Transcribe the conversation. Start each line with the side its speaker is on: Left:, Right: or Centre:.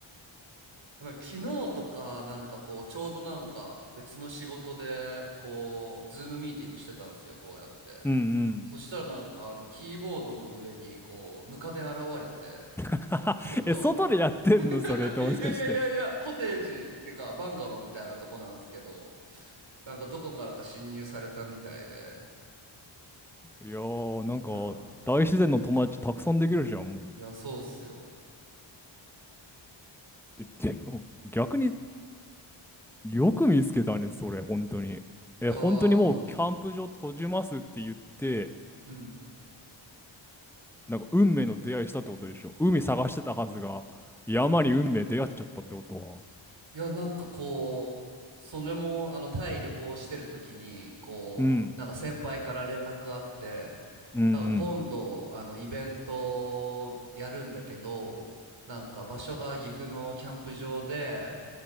Right: なんか昨日とかなんかこうちょうどなんか別の仕事でこうズームミーティングしてたんですよ、こうやって。
Centre: うんうん。
Right: そしたらなんかあのキーボードの上にこうムカデ現れて
Centre: <laughs>
Right: ちょっと
Centre: え、外でやってんのそれってもしかして。
Right: <laughs> いやいやいやいやコテージっていうかバンガローみたいなとこなんですけどなんかどこからか侵入されたみたいで
Centre: いやー、なんか、
Right: いやー
Centre: 大自然の友達たくさんできるじゃん、もう。
Right: いやそうっすよ
Centre: でも逆によく見つけたね、それ、本当に。え、
Right: いやーも
Centre: 本当にもうキャンプ場閉じますって言って、
Right: ううん
Centre: なんか運命の出会いしたってことでしょ。海探してたはずが、山に運命出会っちゃったってことは。
Right: いや、なんかこう、それも、あの、タイ旅行してる時に、こう、
Centre: うん、
Right: なんか先輩から連絡あって、
Centre: うん、うん、
Right: なんか今度、あの、イベントやるんだけど、なんか場所が岐阜のキャンプ場で、